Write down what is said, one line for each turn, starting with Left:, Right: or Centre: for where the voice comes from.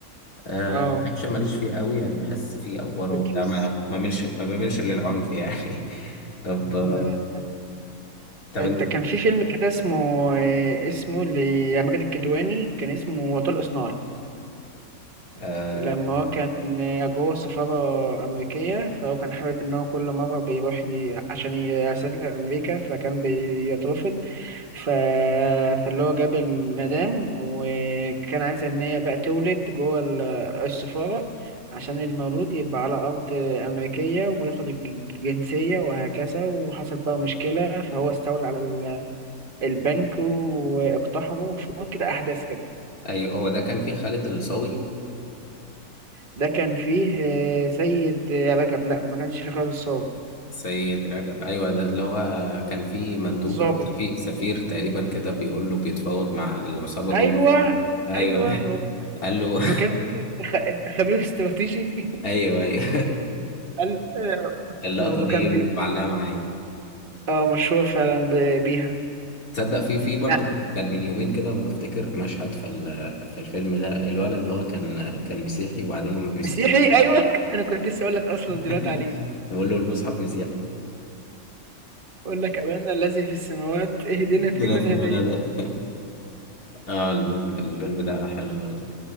Left: آه،
Right: اه
Left: الاكشن ماليش فيه قوي يعني بحس فيه افوار
Right: بتحس
Left: وبتاع ما ما بعملش ما بعملش للعنف يعني <laughs> طب آه،
Right: تمام
Left: طب
Right: انت
Left: انت
Right: كان في فيلم كده اسمه آه، اسمه لماجد الكدواني كان اسمه وطلق صناعي
Left: آه،
Right: لما هو كان آه، جوه سفارة أمريكية فهو كان حابب إن هو كل مرة بيروح ي... عشان يسافر أمريكا فكان بيترفض ف... فاللي هو جاب المدام وكان عايز إن هي بقى تولد جوه ال- السفارة عشان المولود يبقى على أرض أمريكية وياخد الج- الجنسية وهكذا وحصل بقى مشكلة فهو استولى على البنك واقتحموا شوية كده أحداث كده
Left: ايوه هو ده كان فيه خالد الصاوي
Right: ده كان فيه آه، سيد رجب لا ما كانش فيه خالد الصاوي
Left: سيد رجب ايوه ده اللي هو آه، كان فيه مندوب
Right: الظابط
Left: او سفير, سفير تقريبا كده بيقول له بيتفاوض مع العصابه جوه
Right: أيوه
Left: ف- ايوه
Right: أيوه هو
Left: <laughs> قال له <laughs>
Right: لما كان بيقول له أنت خ- أنت خبير استراتيجي
Left: ايوه ايوه
Right: <laughs> قال آه،
Left: <laughs> اللقطه
Right: ما هو
Left: دي
Right: كان بي
Left: معلقه معايا
Right: اه مشهور فعلا ب- بيها
Left: تصدق في في برضه
Right: آه،
Left: كنت- كان من يومين كده بفتكر مشهد في ال- في الفيلم ده الولد اللي هو كان كان مسيحي وبعدين هم بيسألوه
Right: مسيحي أيوه أنا كنت لسه أقول لك أصلا
Left: <laughs>
Right: دلوقتي عليه
Left: بيقول له المصحف مسيحي
Right: أقول لك أبانا الذي في السماوات اهدنا
Left: الدنيا
Right: فيمن
Left: في المنادق
Right: هديت
Left: <laughs> اه الفيلم الفيلم ده حلو برضه